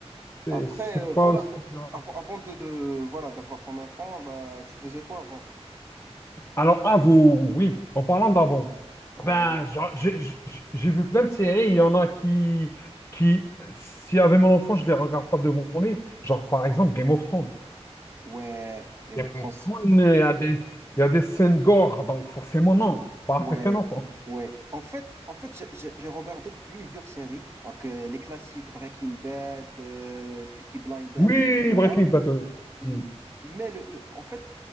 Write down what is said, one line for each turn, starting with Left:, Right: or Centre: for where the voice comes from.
Left: C'est
Right: Après,
Left: c'est
Right: euh,
Left: pas
Right: voilà,
Left: aussi...
Right: quoi.
Left: dur.
Right: avant, avant de, de- voilà, d'avoir ton enfant, bah, tu faisais quoi avant?
Left: Alors, avant, oui, en parlant d'avant,
Right: Ouais,
Left: ben, j'a- j'ai j'ai- j'ai vu plein de séries, il y en a qui, qui, s'il y avait mon enfant, je les regarde pas devant lui. Genre, par exemple, Game of Thrones.
Right: ouais, Game
Left: Game
Right: of Thrones.
Left: of Thrones, euh, il y a des, il y a des scènes gore, donc forcément, non, pas
Right: Ouais,
Left: avec un enfant.
Right: ouais. En fait, en fait, j'ai j'ai- j'ai regardé plusieurs séries, donc, euh, les classiques Breaking Bad, euh, Peaky Blinders,
Left: Oui,
Right: etc.
Left: Breaking Bad, oui.
Right: M-
Left: Mm.
Right: Mais le, le- en fait,